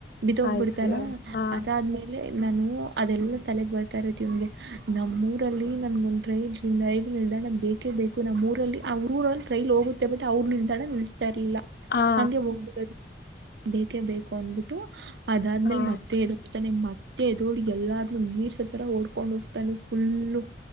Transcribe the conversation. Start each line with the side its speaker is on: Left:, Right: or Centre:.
Right: ಬಿದೋಗ್ಬಿಡ್ತಾನೆ
Left: ಆಯ್ತು ಹ
Right: ಅದಾದ್ಮೇಲೆ ನಾನು ಅದೆಲ್ಲಾ ತಲೆಗ್ ಬರ್ತಾ ಇರುತ್ತೆ ಇವನಿಗೆ ನಮ್ಮೂರಲ್ಲಿ ನನಗೊಂದ್ ರೈಲ್ ನಿಲ್ದಾಣ ಬೇಕೇ ಬೇಕು ನಮ್ಮೂರಲ್ಲಿ ಅವರ್ ಊರಲ್ಲಿ ರೈಲ್ ಹೋಗುತ್ತೆ ಬಟ್ ಅವರು ನಿಲ್ದಾಣ ನಿಲ್ಸ್ತಾ ಇರ್ಲಿಲ್ಲ
Left: ಹಾ
Right: ಹಂಗೆ ಹೋಗ್ಬಿಡೋದು. ಬೇಕೇ ಬೇಕು ಅನ್ಬಿಟ್ಟು ಅದಾದ್ಮೇಲೆ
Left: ಹಾ
Right: ಮತ್ತೆ ಎದ್ ತ್ತಾನೆ ಮತ್ತೆ ಎದ್ದೊಳಿ ಎಲ್ಲಾರೂ ಮೀರಸೋ ತರ ಓಡ್ಕೊಂಡ್ ಹೋಗ್ತಾನೆ ಪೂಲ್ಲು